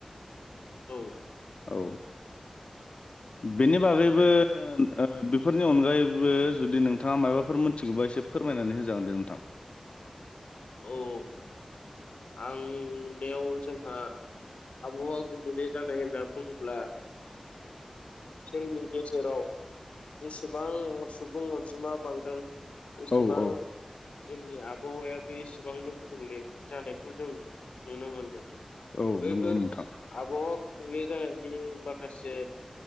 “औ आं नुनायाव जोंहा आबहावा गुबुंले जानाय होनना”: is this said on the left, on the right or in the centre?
Left